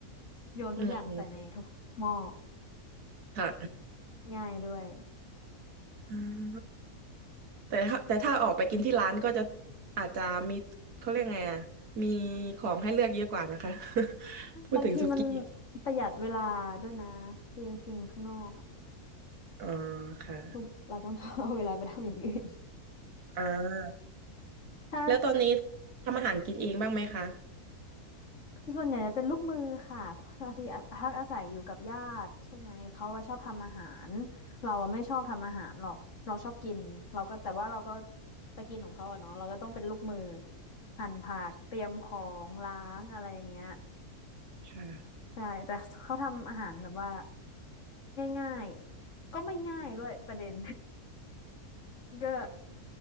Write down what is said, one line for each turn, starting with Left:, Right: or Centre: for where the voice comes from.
Left: โยนทุกอย่างใส่ในทุกหม้อ
Right: อืมอืมค่ะ
Left: ง่ายด้วย
Right: <laughs> อืมแต่ถ้าแต่ถ้าออกไปกินที่ร้านก็จะอาจจะมีเขาเรียกไงอ่ะมีของให้เลือกเยอะกว่านะคะ <laughs> พูดถึงสุกี้
Left: บางทีมันประหยัดเวลาด้วยนะคือกินข้างนอกอ่ะ
Right: อ๋อค่ะ
Left: คือเราต้อง <laughs> เอาเวลาไปทำอย่างอื่น
Right: อ่า
Left: ถ้า
Right: แล้วตอนนี้ทำอาหารกินเองบ้างไหมคะ
Left: ส่วนใหญ่จะเป็นลูกมือค่ะพอดีพักอาศัยอยู่กับญาติใช่ไหมเขาว่าชอบทำอาหารเราอะไม่ชอบทำอาหารหรอกเราชอบกินเราก็แต่ว่าเราก็ไปกินของเขาอะเนาะเราก็ต้องเป็นลูกมือหั่นผักเตรียมของล้างอะไรอย่างเงี้ย
Right: ค่ะ
Left: ใช่แต่เขาทำอาหารแบบว่าง่ายๆก็ไม่ง่ายด้วยประเด็น <laughs> ก็